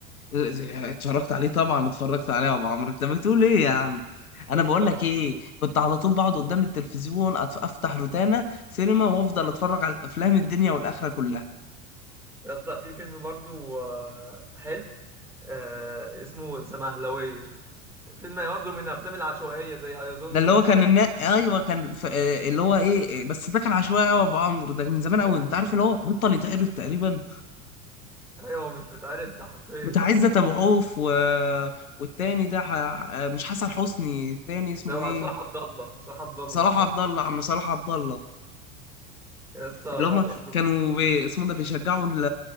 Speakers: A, on the left; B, in the centre.
A: اتفرجت عليه طبعا اتفرجت عليه يا ابو عمرو انت بتقول ايه يا عم انا
B: يا اسطى
A: بقول لك ايه كنت على طول بقعد قدام التلفزيون أتف- افتح روتانا سينما وافضل اتفرج على الافلام الدنيا والاخره كلها
B: يا اسطى في فيلم برضه آه، حلو آه اسمه الزمهلوية فيلم برضه من الافلام العشوائية زي ايظن
A: ده اللي
B: والحاجات
A: هو كان النا...
B: دي
A: ايوه كان ف... آه، اللي هو ايه بس ده كان عشوائي قوي يا ابو عمرو ده من زمان قوي
B: موت
A: انت عارف
B: بس
A: اللي هو بطل يتقلد تقريبا
B: ايوه هو مش بتعرض ده حرفيا
A: بتاع عزت ابو عوف و... والتاني ده ح... آه، مش حسن حسني التاني اسمه
B: لو
A: ايه
B: صح عبد الله صح عبد الله
A: صلاح
B: طيب.
A: عبد الله عم صلاح عبد الله
B: يا اسطى
A: اللي هم
B: برضه
A: كانوا بي... اسمه ده بيشجعوا ال...